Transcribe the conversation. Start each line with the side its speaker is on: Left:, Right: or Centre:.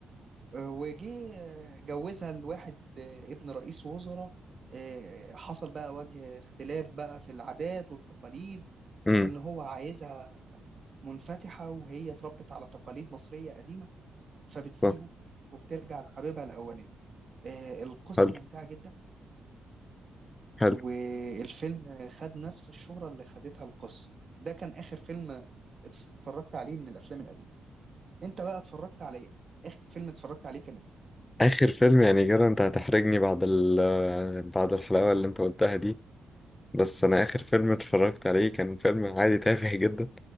Right: آه، وجه آه، جوزها لواحد آه، ابن رئيس وزراء آه، حصل بقى وجه اختلاف بقى في العادات والتقاليد
Left: امم
Right: وان هو عايزها منفتحة وهي اتربت على تقاليد مصرية قديمة فبتسيبه
Left: صح
Right: وبترجع لحبيبها الاولاني آه، القصة
Left: حلو
Right: ممتعة جدا
Left: حلو
Right: والفيلم خد نفس الشهرة اللي خدتها القصة ده كان آخر فيلم اتفرجت عليه من الأفلام القديمة أنت بقى اتفرجت على إيه؟ آخر فيلم اتفرجت عليه كان إيه؟
Left: آخر فيلم يعني كده أنت هتحرجني بعد ال بعد الحلاوة اللي أنت قلتها دي بس أنا آخر فيلم اتفرجت عليه كان فيلم عادي تافه <laughs> جدا